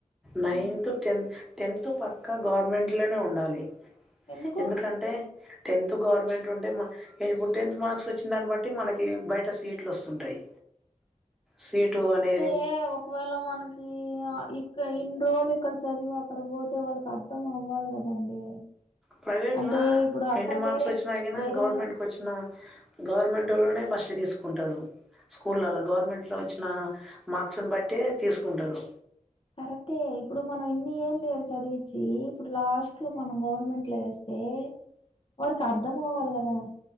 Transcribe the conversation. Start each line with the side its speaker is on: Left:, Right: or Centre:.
Centre: నైన్త్
Left: ఆ,
Centre: టెన్ టెన్త్ పక్కా గవర్నమెంట్లోనే ఉండాలి
Left: ఎందుకు
Centre: ఎందుకంటే టెన్త్ గవర్నమెంట్ ఉంటే మ ఇప్పుడు టెన్త్ మార్క్స్ వచ్చిన దాన్ని బట్టి మనకి బయట సీట్లు వస్తుంటాయి సీటు అనే
Left: అంటే ఒకవేళ మనకి ఆ ఈ ఇక ఇన్ని రోజులు ఇక్కడ చదివి అక్కడ పోతే వాళ్ళకి అర్ధం అవ్వాలి కదండి
Centre: ప్రైవేట్
Left: అంటే
Centre: లో
Left: ఇప్పుడు అక్కడ
Centre: ఎన్ని మార్క్స్
Left: వేరే
Centre: వచ్చినా గిన
Left: వేరేలా
Centre: గవర్నమెంట్ కొచ్చిన గవర్నమెంట్ ఓలనే ఫస్ట్ తీసుకుంటారు స్కూలల గవర్నమెంట్ లో వచ్చిన మార్క్స్ బట్టి తీసుకుంటారు
Left: కరెక్టే ఇప్పుడు మనం ఇన్ని ఏళ్ళక్కడ చదివించి ఇప్పుడు లాస్ట్ లో మనం గవర్నమెంట్ లో వేస్త తే వాడికి అర్థం అవాలి కదా